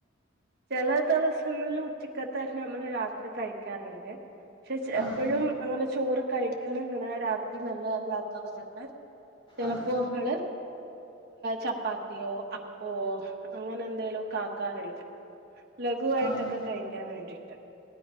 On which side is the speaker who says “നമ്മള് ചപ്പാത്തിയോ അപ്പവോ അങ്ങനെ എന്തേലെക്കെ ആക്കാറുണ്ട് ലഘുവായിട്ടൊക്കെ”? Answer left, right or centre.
Right